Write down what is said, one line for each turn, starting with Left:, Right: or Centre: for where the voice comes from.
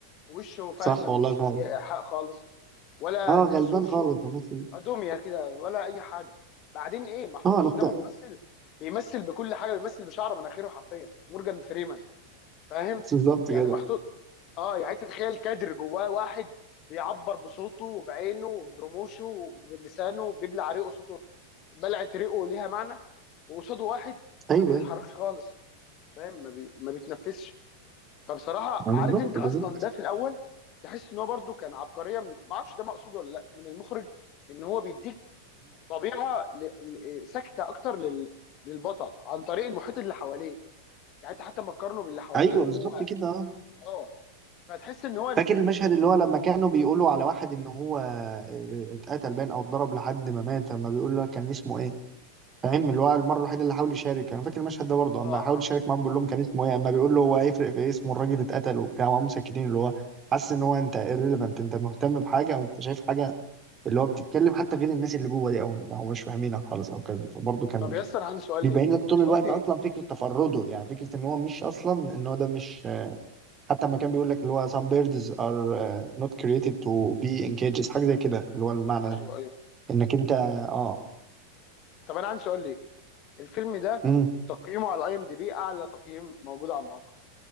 Left: وشه فاهم
Right: صح
Left: ما بيديش
Right: والله فعلا
Left: اي حق خالص ولا
Right: اه
Left: تحس
Right: غلبان
Left: وشه
Right: خالص وميسي
Left: ادوميا كده ولا اي حاجه بعدين ايه محطوط
Right: اه
Left: قدامه
Right: نقطه
Left: ممثل بيمثل بكل حاجه بيمثل بشعر مناخيره حرفيا مورجان فريمان فاهم
Right: بالظبط
Left: يعني
Right: جدع
Left: محطوط اه يعني أنت تتخيل كادر جواه واحد بيعبر بصوته وبعينه وبرموشه وبلسانه بيبلع ريقه صوته بلعه ريقه ليها معنى وقصاده واحد
Right: ايوه
Left: ما بيتحركش خالص فاهم ما, بي... ما بيتنفسش فبصراحه
Right: بالظبط
Left: عارف انت
Right: بالظبط
Left: اصلا ده في الاول تحس ان هو برده كان عبقريه من... ما اعرفش ده مقصود ولا لا من المخرج ان هو بيديك طبيعه ل... ل... ساكته اكتر لل... للبطل عن طريق المحيط اللي حواليه يعني انت حتى ما تقارنه باللي حواليه
Right: ايوه
Left: وهو
Right: بالظبط كده اه
Left: اه فتحس ان هو ال...
Right: فاكر
Left: ال...
Right: المشهد
Left: ال...
Right: اللي هو لما كانوا بيقولوا على واحد ان هو آه، اتقتل باين او اتضرب لحد ما مات لما بيقول له كان اسمه ايه فاهم اللي هو المره الوحيده اللي حاول يشارك انا فاكر المشهد ده برضه
Left: اه
Right: اما حاول
Left: اه
Right: يشارك معاهم بيقول
Left: اه
Right: لهم كان اسمه ايه اما بيقول له هو هيفرق في إيه اسمه الراجل اتقتل وبتاع وهم مسكتين اللي هو حاسس ان هو انت irrelevant انت مهتم بحاجه او انت شايف حاجه اللي هو بتتكلم حتى غير الناس اللي جوه دي او او مش فاهمينها خالص او كذا فبرضه كان
Left: طب ياسر عندي سؤال
Right: بيبين
Left: ليك
Right: لك طول
Left: دلوقتي
Right: الوقت اصلا فكره تفرده يعني فكره ان هو مش اصلا ان هو ده مش حتى لما كان بيقول لك اللي هو some birds are آه، not created to be in cages حاجة زي كده اللي هو المعنى
Left: ايوه
Right: ده
Left: ايوه
Right: انك انت اه
Left: طب انا عندي سؤال ليك الفيلم ده
Right: امم
Left: تقييمه على اي ام دي بي اعلى تقييم موجود على الموقع